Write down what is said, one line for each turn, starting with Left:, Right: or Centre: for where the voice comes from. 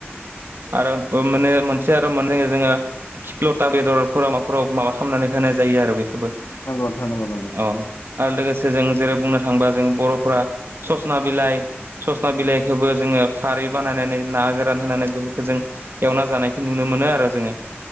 Right: आरो माने मोनसे आरो मोननाय जायो जोङो थिफ्ल'था बेदरफोराव माबाफोराव माबा खालामनानै होनाय जायो आरो बेखौबो।
Left: नंगौ नोंथां नंगौ नंगौ
Right: औ आरो लोगोसे जों जेरै बुंनो थाङोबा जों बर'फोरा सजना बिलाइ, सजना बिलाइखौबो जोङो खारै बानायनानै ना गोरान होनानै बेफोरखौ जों एवना जानायखौ नुनो मोनो आरो जोङो